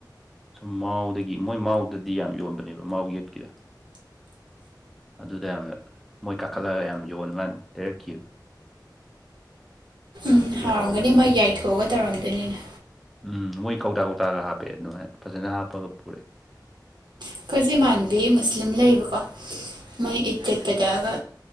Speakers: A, in the centre; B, on the right.
A: ꯁꯨꯝ ꯃꯥꯎꯗꯒꯤ ꯃꯣꯏ ꯃꯥꯎꯗꯗꯤ ꯌꯥꯝ ꯌꯣꯟꯕꯅꯦꯕ ꯃꯥꯎ ꯒꯦꯠꯀꯤꯗ ꯑꯗꯨꯗ ꯌꯥꯝꯅ ꯃꯣꯏ ꯀꯥꯈꯠꯂꯒ ꯌꯥꯝ ꯌꯣꯟꯕꯥꯟ ꯂꯩꯔꯛꯈꯤꯕ
B: ꯎꯝ
A: ꯊꯤ
B: ꯍꯥꯎꯔꯝꯒꯅꯤ
A: ꯍꯥꯎꯕꯅꯤꯍꯦ
B: ꯃꯣꯏ ꯌꯥꯏꯊꯣꯛꯑꯒ ꯇꯧꯔꯝꯗꯣꯏꯅꯤꯅꯦ
A: ꯎꯝ ꯃꯣꯏ ꯀꯧꯇꯥ ꯀꯧꯇꯥꯒ ꯍꯥꯞꯄꯦ ꯑꯗꯨꯃꯥꯏ ꯐꯖꯅ ꯍꯥꯞꯄꯒ ꯄꯨꯔꯛꯑꯦ
B: ꯑꯩꯈꯣꯏꯁꯤ ꯏꯃꯥꯟꯅꯕꯤ ꯃꯨꯁꯂꯤꯝ ꯂꯩꯌꯦꯕꯀꯣ ꯃꯣꯏ ꯏꯠ ꯆꯠꯄꯗꯒ